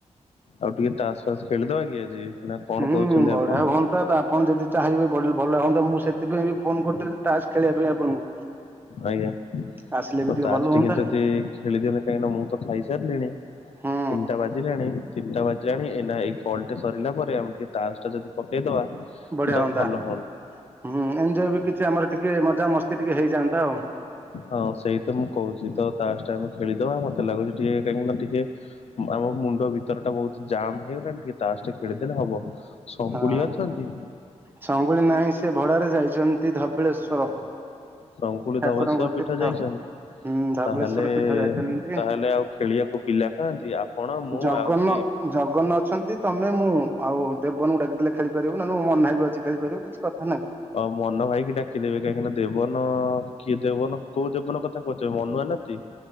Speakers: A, on the left (about 60°); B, on the right (about 15°).
A: ଆଉ ଟିକେ ଟାସ ଫାସ ଖେଳିଦବା କି ଆଜି ନା କଣ
B: ହୁଁ
A: କହୁଛନ୍ତି
B: ବଢିଆ
A: ଆପଣ?
B: ହୁଅନ୍ତା ତ ଆପଣ ଯଦି ଚାହିଁବେେ ବ ଭଲ ହୁଅନ୍ତା ମୁଁ ସେଥିପାଇଁ ବି ଫୋନ କରୁଥିଲି ତାସ ଖେଳିବା ପାଇଁ ଆପଣଙ୍କୁ।
A: ଆଜ୍ଞା।
B: ଆସିଲେ ବି
A: ତ ତାସ
B: ଭଲ
A: ଟିକେ
B: ହୁଅନ୍ତା
A: ଯଦି ଖେଳି ଦିଅନ୍ତେ, କାହିଁକି ନା ମୁଁ ତ ଖାଇ ସାରିଲିଣି।
B: ହୁଁ
A: ତିନିଟା ବାଜିଲାଣି ତିନିଟା ବାଜିଲାଣି ଏନା ଏଇ କଲଟେ ସରିଲା ପରେ ଆମେ ଟିକେ ତାସ ଟା ଯଦି ପକେଇଦବା।
B: ବଢିଆ
A: ତ
B: ହୁଅନ୍ତା,
A: ଭଲ
B: ହୁଁ ଏଞ୍ଜୟ ବି କିଛି ଆମର ଟିକେ ମଜା ମସ୍ତି ଟିକେ ହେଇଯାଆନ୍ତା ଆଉ।
A: ହଁ ସେଇ ତ ମୁଁ କହୁଛି ତ ତାସ ଟା ଆମେ ଖେଳିଦବା ମତେ ଲାଗୁଛି ଟିକେ କାହିଁକି ନା ଟିକେ ଉଁ ଆମ ମୁଣ୍ଡ ଭିତର ଟା ବହୁତ ଜାମ୍ ହେଇଗଲାଣି ଟିକେ ତାସ ଟେ ଖେଳିଦେଲେ ହବ। ସଙ୍ଗୁଳି
B: ହଁ
A: ଅଛନ୍ତି?
B: ସଙ୍ଗୁଳି ନାହିଁ ସେ ଭଡ଼ାରେ ଯାଇଛନ୍ତି ଧବଳେଶ୍ଵର।
A: ଶଙ୍କୁଳି
B: ଠାକୁରଙ୍କ
A: ଧବଳେଶ୍ୱର ପୀଠ
B: ତୀର୍ଥ
A: ଯାଇଛନ୍ତି?
B: ହୁଁ ଧବଳେଶ୍ଵର
A: ତାହେଲେ
B: ପୀଠ ଯାଇଛନ୍ତି
A: ତାହେଲେ ଆଉ ଖେଳିବାକୁ ପିଲା କାଆନ୍ତି ଆପଣ ମୁଁ
B: ଜଗନ
A: ଆଉ କିଏ?
B: ଜଗନ ଅଛନ୍ତି, ତମେ, ମୁଁ, ଆଉ ଦେବନ କୁ ଡାକିଦେ ଖେଳି ପାରିବୁ, ନହେଲେ ମୋ ମନା ଭାଇ ବି ଅଛି ଖେଳିପାରିବୁ କିଛି କଥା ନାହିଁ।
A: ଅ ମନ ଭାଇକି ଡାକିଦେବେ କାହିଁକିନା ଦେବନ କିଏ ଦେବନ କୋଉ ଦେବନ କଥା କହୁଛ ମନୁଆ ନାତି?